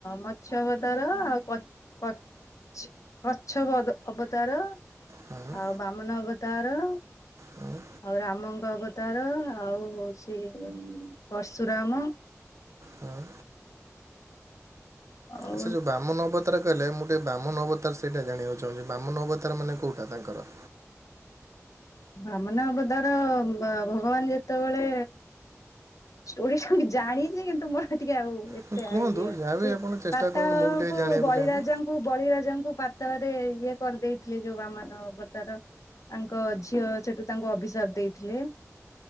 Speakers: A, on the left; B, on the right.
A: ମତ୍ ମଛ୍ଯ ଅବତାର ଆଉ କଚ୍ କଚ୍ କଛବ ଅବ ଅବତାର।
B: ହୁଁ
A: ଆଉ ବାମନ ଅବତାର।
B: ହୁଁ
A: ଆଉ ରାମଙ୍କ ଅବତାର ଆଉ ହଉଛି ପର୍ଶୁରାମ।
B: ହଁ
A: ଆଉ
B: ଆ ସେ ଯଉ ବାମନ ଅବତା ଅବତାର କହିଲେ ମୁଁ ଟିକେ ବାମନ ଅବତାର ସେଇଟା ଜାଣିବାକୁ ଚାହୁଁଛି ବାମନ ଅବତାର ମାନେ କୋଉଟା ତାଙ୍କର
A: ବାମନ ଅବତାର ବ ଭଗବାନ ଯେତେବେଳେ ଷ୍ଟୋରି ସୁଣି ଜାଣିଚି କିନ୍ତୁ ମୋର ଟିକେ ଆଉ ଏତ୍
B: କୁହନ୍ତୁ
A: ସେଇଆ ହେଇଥିବ
B: ଯାହାବି
A: ସେ
B: ଆପଣ ଚେଷ୍ଟା
A: ପାତାଳକୁ
B: କରନ୍ତୁ ମୁଁ ବି ଟିକେ ଜାଣିବାକୁ
A: ବଳିରାଜାଙ୍କୁ
B: ଚାହିଁବି
A: କୁ ବଳିରାଜାଙ୍କୁ ପାତାଳ ରେ ଇଏ କରିଦେଇଥିଲି ଯୋଉ ବାମନ ଅବତାର ତାଙ୍କ ଝି ଝିଅ ସେଠୁ ତାଙ୍କୁ ଅଭିଶାପ ଦେଇଥିଲେ।